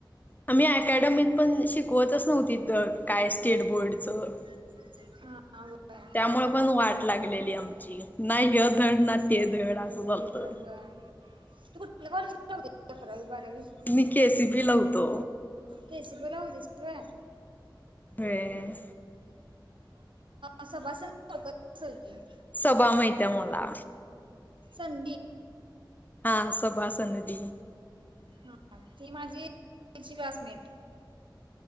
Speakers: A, on the left (about 20°); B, on the right (about 80°).
A: आम्ही अकॅडमिक पण शिकवतच नव्हती, तर काय स्टेट बोर्डचं.
B: <unintelligible> <unintelligible>
A: त्यामुळे पण वाट लागलेली आमची. ना य धड, ना
B: तेच
A: ते
B: तर.
A: धड असं झालतं.
B: ते धड होय. तू कुठल्या कॉलेज होतीस अकरावी, बारावी?
A: मी के सी पी ला होतो.
B: के सी पी ला होतीस होय.
A: हम्म.
B: सभासी <unintelligible>
A: सबा माहितिय मला
B: संधी?
A: हा, सबा, संधी.
B: हा, ती माझी <unintelligible> क्लासमेट.